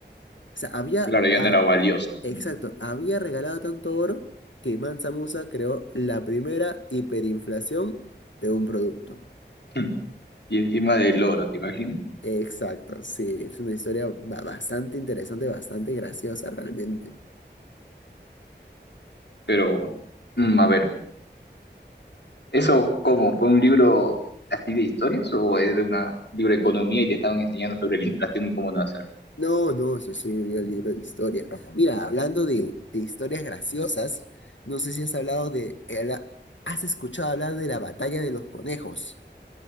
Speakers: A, on the left (about 80°); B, on the left (about 65°).
A: O sea, había,
B: Claro, ya
A: ah,
B: no era valioso.
A: exacto,
B: pues.
A: había regalado tanto oro que Mansa Musa creó la primera hiperinflación de un producto.
B: <clears throat> <laughs> Y encima del oro, ¿te imaginas?
A: Exacto, sí, es una historia ba- bastante interesante, bastante graciosa realmente.
B: Pero, mm, a ver, ¿eso cómo? ¿Fue un libro así de historias o es de una libro de
A: No,
B: economía y te estaban enseñando sobre la inflación y cómo no hacerlo?
A: no, no, eso sí, un libro de historia. Mira, hablando de, de historias graciosas, no sé si has hablado de, eh, la- has escuchado hablar de la batalla de los conejos.